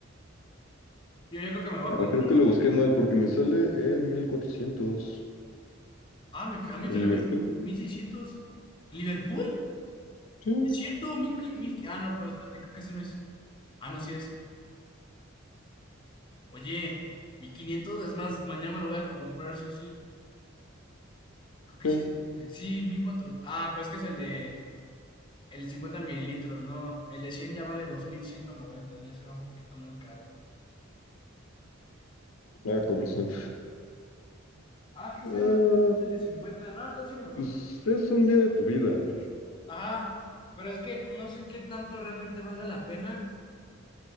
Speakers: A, on the left; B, on the left.
A: Yo, yo creo que me lo voy
B: Ah,
A: a comprar.
B: creo que lo
A: sí.
B: busqué mal porque me sale en 1400
A: Ah, me- a mí,
B: en Liverpool.
A: a mí, 1600. ¿Liverpool?
B: Sí,
A: Es cierto, mil, quin- mil- ah, no, pero espérate, creo que ese no es. Ah, no, sí es. Oye, 1500 es más, mañana me lo voy a comprar, sí o sí. Creo que
B: sí.
A: sí. es este. Sí, 1400. Ah, pero es que es el de el de 50 mililitros, no. El de 100 ya vale dos mil ciento noventa ya se va un poquito muy caro.
B: Ah, con razón.
A: Ah, qué extraño.
B: Ah,
A: El de 50 no, entonces sí me lo compro.
B: Pues es un día de tu vida.
A: Ah, pero es que no sé qué tanto realmente valga la pena